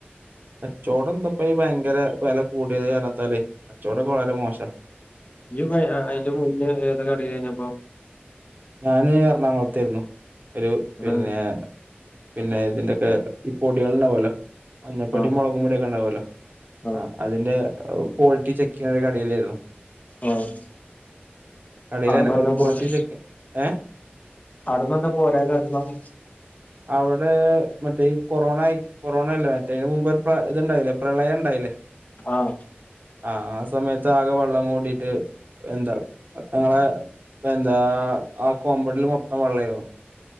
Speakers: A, on the right; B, on the left.
A: കച്ചവടം എന്താപ്പ ഈ ഭയങ്കര വില കൂടിയത് കാരണത്താലേ കച്ചവടൊക്കെ വളരെ മോശ
B: നീ അയിന് മുന്നേ ഏത് കടയിലാരുന്ന്പ്പോ
A: ഞാന് എറണാകുളത്തായിരുന്നു ഒരു
B: ഇവിടെന്നെ
A: പിന്നെ പിന്നെ ഇതിന്റൊക്കെ ഈ പൊടികൾ ഉണ്ടാവല്ലോ മഞ്ഞപ്പൊടിയും
B: ആഹ്
A: മുളകും പൊടിയൊക്കെ ഉണ്ടാവല്ലോ
B: ആഹ്
A: ആ അതിന്റെ ക്വാളിറ്റി ചെക്ക് ചെയ്യുന്ന കടിയിലായിരുന്നു
B: ആഹ്
A: കടയിലല്ല
B: അടന്നെന്താ
A: ഒരു ക്വാളിറ്റി
B: പോന്നെ
A: ചെക്ക് ഏ
B: അവിടുന്ന എന്താ പോരാൻ കാരണമെന്ന്
A: അവിടെ മറ്റേ ഈ കൊറോണായി കൊറോണ അല്ല മറ്റേ അന് മുമ്പ് ഇത്ണ്ടായില്ലേ പ്രളയം ഇണ്ടായില്ലേ
B: ആഹ്
A: ആ ആ സമയത്ത് ആകെ വെള്ളം കൂടിട്ട് എന്താ ഞങ്ങളെ എന്താ ആ കോമ്പണ്ടില് മൊത്തം വെള്ളായിരുന്നു